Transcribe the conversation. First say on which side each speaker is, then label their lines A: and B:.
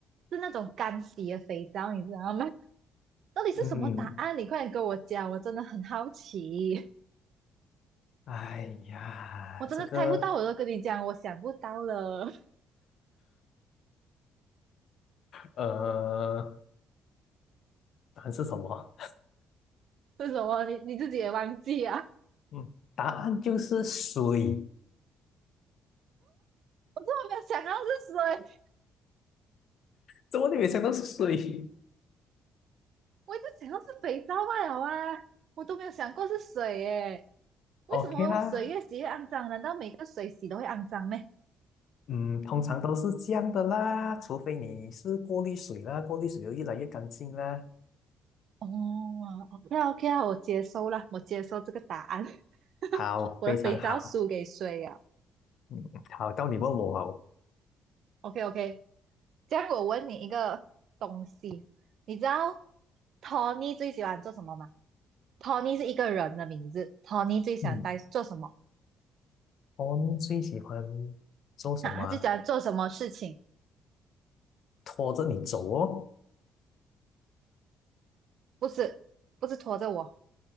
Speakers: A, on the right; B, on the left.
A: 是那种干洗的肥皂，你知道吗？到底是什么答案？
B: 嗯，
A: 你快点跟我讲，我真的很好奇，
B: 哎呀，
A: 我真的猜不到，
B: 这个
A: 我都跟你讲，我想不到了，
B: 呃，答案是什么？
A: <laughs> 是什么？你你自己也忘记啊？
B: <laughs> 嗯，答案就是水。
A: 我真的没有想到是水，
B: 怎么你没想到是水
A: 我一直想到是肥皂罢了啊，我都没有想过是水耶。为什么水越洗越肮脏？
B: ？OK 啦，
A: 难道每个水洗都会肮脏呢？
B: 嗯，通常都是这样的啦，除非你是过滤水啦，过滤水就越来越干净啦。
A: 哦，OK 啊 OK 啊，我接受了，我接受这个答案。<laughs>
B: 好，
A: 我的肥皂输给水啊。
B: 非常好，嗯，好，到你问我哦。
A: OK OK，这样我问你一个东西，你知道 Tony 最喜欢做什么吗？Tony 是一个人的名字，Tony 最喜欢带做什么？
B: 嗯，我最喜欢做什么啊
A: 啊，他最喜欢做什么事情？
B: 拖着你走哦，
A: 不是，不是拖着我。